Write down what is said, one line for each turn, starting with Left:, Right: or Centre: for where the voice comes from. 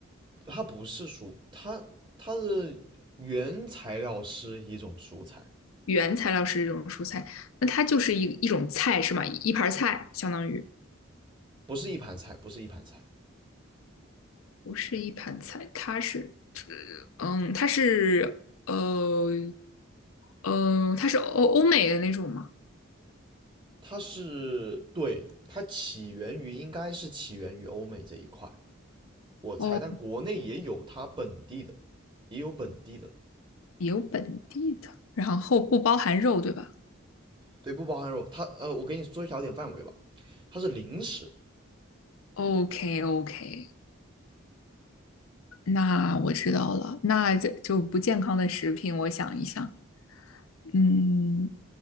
Right: 它不是蔬，它它的原材料是一种蔬菜，
Left: 原材料是一种蔬菜，那它就是一一种菜是吗？一一盘儿菜相当于
Right: 不是一盘菜，不是一盘菜，
Left: 不是一盘菜，它是，嗯，它是，呃，呃，它是欧欧美的那种吗？
Right: 它是对，它起源于应该是起源于欧美这一块。我猜，
Left: 哦，
Right: 但国内也有它本地的，也有本地的，
Left: 有本地的，然后不包含肉，对吧
Right: 对，不包含肉。它呃，我给你缩小点范围吧，它是零食，
Left: ？OK OK，那我知道了。那这就不健康的食品，我想一想，嗯，